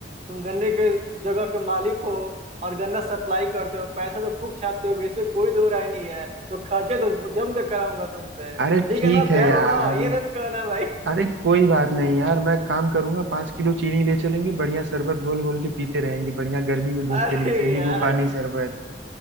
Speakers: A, on the right; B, on the right.
A: तुम गन्ने के जगह के मालिक हो और गन्ना सप्लाई करते हो पैसा तो खूब छापते हो इसमें कोई दो राय नहीं है तो खर्चे तो जम कर कराऊंगा तुमसे ठीक
B: अरे ठीक
A: है ना
B: है
A: तैयार
B: यार
A: हो ना ये नहीं तो कहना भाई
B: अरे कोई बात नहीं यार मैं काम करूंगा पाँच किलो चीनी ले चलेंगे बढ़िया शरबत घोल घोल के पीते रहेंगे बढ़िया गर्मी में धूप
A: अरे
B: के नीचे नींबू
A: यार
B: पानी शरबत